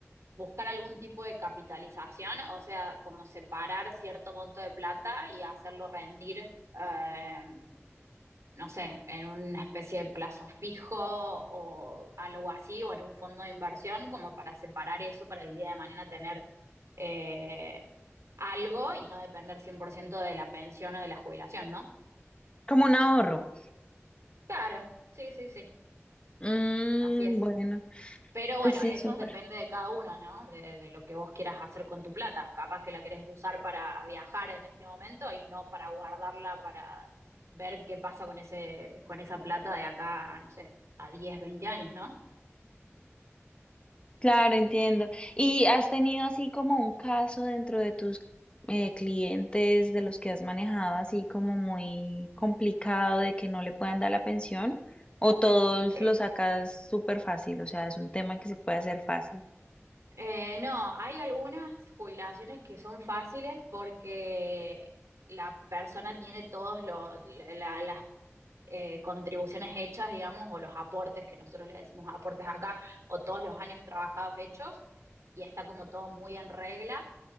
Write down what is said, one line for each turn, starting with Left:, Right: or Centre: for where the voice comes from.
Right: buscar algún tipo de capitalización, o sea, como separar cierto monto de plata y hacerlo rendir eh, no sé, en una especie de plazo fijo o algo así, o en un fondo de inversión, como para separar eso para el día de mañana tener eh, algo y no depender 100% de la pensión o de la jubilación, ¿no?
Left: como un ahorro.
Right: Claro, sí, sí, sí,
Left: Mm,
Right: así es.
Left: bueno,
Right: Pero
Left: pues
Right: bueno,
Left: sí,
Right: eso
Left: súper.
Right: depende de cada uno, ¿no? De, de lo que vos quieras hacer con tu plata. Capaz que la querés usar para viajar en este momento y no para guardarla para ver qué pasa con ese, con esa plata de acá, no sé, a 10 20 años, ¿no?
Left: Claro, entiendo. ¿Y has tenido así como un caso dentro de tus eh, clientes de los que has manejado así como muy complicado de que no le puedan dar la pensión? ¿O todos
Right: Eh,
Left: lo sacas súper fácil? O sea, es un tema que se puede hacer fácil.
Right: eh, no, hay algunas jubilaciones que son fáciles porque la persona tiene todas las eh, contribuciones hechas, digamos, o los aportes, que nosotros le decimos aportes acá, o todos los años trabajados hechos, y está como todo muy en regla.